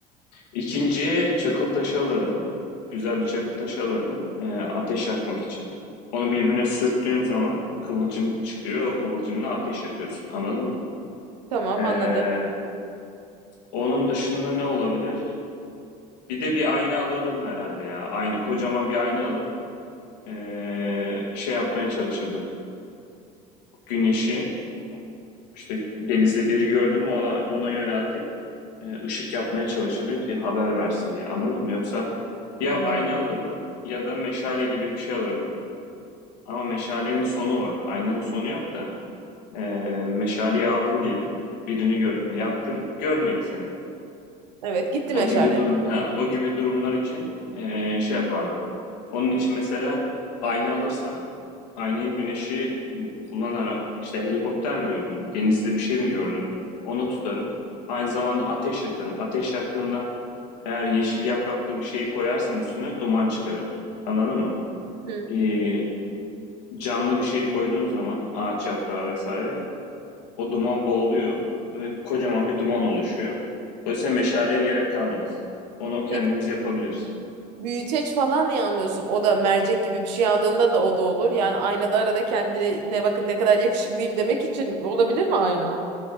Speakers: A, on the left; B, on the right.
A: İkinciye çakıl taşı alırdım. Güzel bir çakıl taşı alırdım. ee, ateş yakmak için. Onu birbirine sürttüğün zaman kıvılcım çıkıyor. O kıvılcımla ateş yakıyorsun. Anladın mı?
B: Tamam
A: Ee,
B: anladım.
A: Onun dışında ne olabilir? Bir de bir ayna alırdım herhalde ya. Aynı kocaman bir ayna alıp eee, şey yapmaya çalışırdım. Güneşi işte denizde biri gördüm mü ona ona yöneltip eee, ışık yapmaya çalışırdım ki haber versin diye. Anladın mı? Yoksa ya
B: Hmm,
A: ayna alırdım ya da meşale gibi bir şey alırdım. Ama meşalenin sonu var. Aynanın sonu yok da eee meşaleyi aldın diyelim. Birini gördün, yaktın, görmedi seni.
B: Evet gitti
A: O
B: meşale.
A: gibi durum, ha, o gibi durumlar için eee, şey yapardım. Onun için mesela ayna alırsam, aynayı güneşi kullanarak işte helikopter mi gördüm, denizde bir şey mi gördüm, onu tutarım. Aynı zamanda ateş yakarım. Ateş yaktığımda eğer yeşil yapraklı bir şeyi koyarsan üstüne duman çıkarır. Anladın mı?
B: Hı.
A: Eee, canlı bir şey koyduğun zaman ağaç yaprağı vesaire o duman boğuluyor ve kocaman bir duman oluşuyor. Dolayısıyla meşaleye gerek kalmaz. Onu kendimiz
B: Peki
A: yapabiliriz.
B: büyüteç falan niye almıyorsun? O da mercek gibi bir şey aldığında da o da olur. Yani aynada arada kendine ne bakın ne kadar yakışıklıyım demek için olabilir mi ayna?